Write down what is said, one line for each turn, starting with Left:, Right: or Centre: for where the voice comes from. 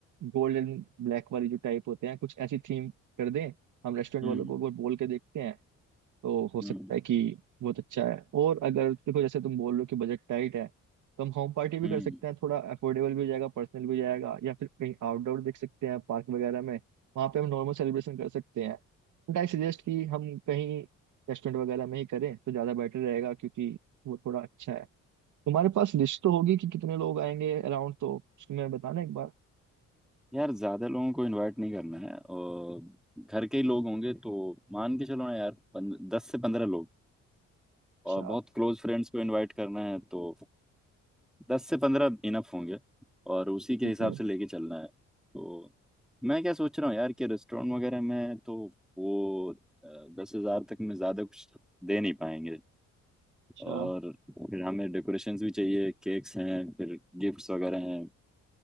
Right: Gold and black वाली जो टाइप होते हैं कुछ ऐसी थीम कर दें हम रेस्टोरेंट
Centre: हम्म
Right: वालों को एक बार बोल के देखते हैं तो हो सकता
Centre: हम्म
Right: है कि बहुत अच्छा है और अगर देखो जैसे तुम बोल रहे हो कि बजट टाइट है तो हम होम पार्टी भी
Centre: हम्म।
Right: कर सकते हैं थोड़ा अफोर्डेबल भी हो जाएगा पर्सनल भी हो जाएगा या फिर कहीं आउटडोर देख सकते हैं पार्क वगैरह में वहाँ पे हम नॉर्मल सेलिब्रेशन कर सकते हैं बट आई सजेस्ट कि हम कहीं रेस्टोरेंट वगैरह में ही करें तो ज़्यादा बेटर रहेगा क्योंकि वो थोड़ा अच्छा है तुम्हारे पास लिस्ट तो होगी कि कितने लोग आएंगे अराउंड तो उसको मैं बताना एक बार
Centre: यार ज्यादा लोगों को इनवाइट नहीं करना है और घर के ही लोग होंगे तो मान के चलो ना यार पन, दस से पंद्रह लोग
Right: अच्छा
Centre: और बहुत क्लोज फ्रेंड्स को इनवाइट करना है तो दस से पंद्रह इनफ होंगे और उसी के
Right: ठीक
Centre: हिसाब
Right: है
Centre: से लेके चलना है तो मैं क्या सोच रहा हूँ यार कि रेस्टोरेंट वगैरह में तो वो दस हजार तक में ज़्यादा कुछ दे नहीं पाएंगे
Right: अच्छा
Centre: और फिर हमें डेकोरेशंस भी चाहिए केक्स हैं फिर गिफ्ट्स वगैरह हैं